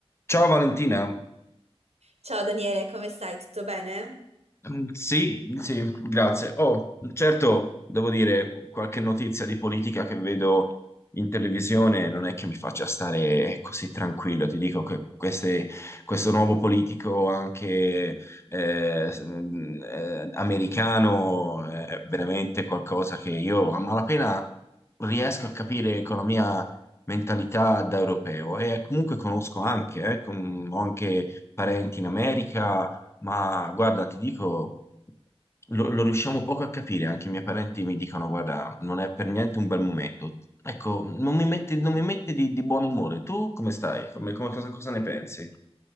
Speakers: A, on the left (about 25°); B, on the right (about 85°).
A: Ciao Valentina,
B: Ciao Daniele, come stai? Tutto bene?
A: Mm, sì, sì, grazie. Oh, certo, devo dire, qualche notizia di politica che vedo in televisione non è che mi faccia stare così tranquillo. Ti dico che queste- questo nuovo politico anche eh, s- mm, eh, americano è veramente qualcosa che io a malapena riesco a capire con la mia mentalità da europeo e comunque conosco anche, eh, con- ho anche parenti in America Ma guarda, ti dico, lo, lo riusciamo poco a capire, anche i miei parenti mi dicono, guarda, non è per niente un bel momento. Ecco, non mi mette, non mi mette di, di buon umore. Tu come stai? Come- come- cosa, cosa ne pensi?